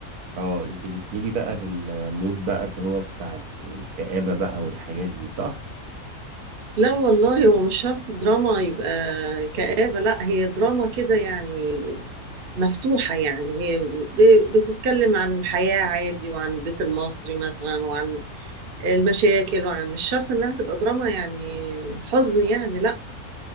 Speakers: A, on the right; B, on the right.
A: اه انت بتميلي بقى للمود بقى اللي هو بتاع الكآبة بقى والحاجات دي صح؟
B: لا والله هو مش شرط دراما يبقى كآبة لا هي دراما كده يعني مفتوحة يعني هي ب- بتتكلم عن الحياة عادي وعن البيت المصري مثلا وعن المشاكل وعن مش شرط انها تبقى دراما يعني حزن يعني لا